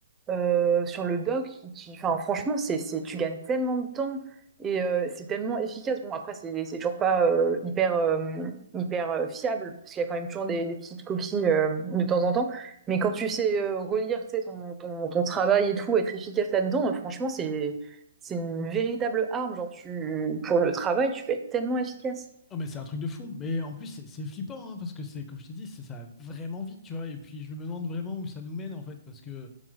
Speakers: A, on the right (about 15°); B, on the left (about 20°).
A: euh, sur le doc qui, enfin franchement c'est c'est tu gagnes tellement de temps et euh, c'est tellement efficace bon après c'est c'est toujours pas euh, hyper euh, hyper euh, fiable parce qu'il y a quand même toujours des, des petites coquilles euh, de temps en temps mais quand tu sais euh, relire tu sais ton, ton ton travail et tout être efficace là-dedans euh, franchement c'est c'est une véritable arme genre tu pour le travail tu peux être tellement efficace
B: Ah mais c'est un truc de fou. Mais en plus, c'est c'est flippant, hein, parce que c'est, comme je t'ai dit, c'est ça va vraiment vite, tu vois. Et puis, je me demande vraiment où ça nous mène, en fait, parce que